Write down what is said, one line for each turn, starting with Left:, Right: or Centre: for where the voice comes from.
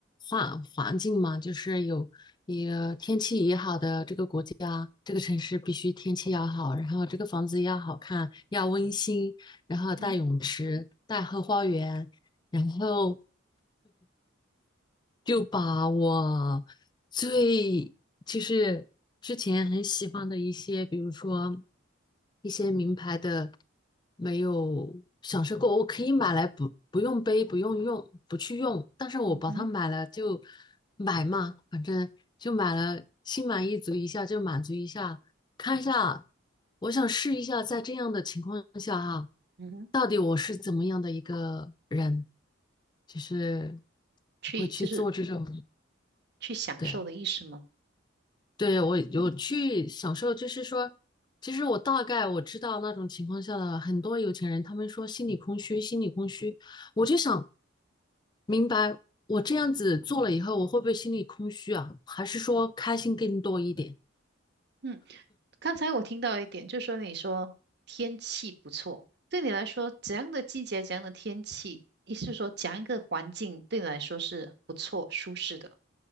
Left: 环环境嘛，就是有也天气也好的这个国家，这个城市必须天气要好，然后这个房子要好看，要温馨，然后带泳池，
Right: 嗯
Left: 带后花园。然后就把我最就是之前很喜欢的一些，比如说一些名牌的，没有享受过，我可以买来不不用背，不用用，不去用，但是我把它买了就
Right: 嗯哼，
Left: 买嘛，反正就买了，心满意足一下就满足一下，看一下，我想试一下，在这样的情况下哈，
Right: 嗯哼，
Left: 到底我是怎么样的一个人。就是
Right: 去就是
Left: 会去做这种，
Right: 去享受的意思吗？
Left: 对对，我有去享受，就是说，其实我大概我知道那种情况下的很多有钱人，他们说心里空虚，心里空虚，我就想明白，我这样子做了以后，我会不会心里空虚啊？还是说开心更多一点？
Right: 嗯。刚才我听到一点，就说你说天气不错，对你来说怎样的季节、怎样的天气，意思是说怎样一个环境对你来说是不错、舒适的？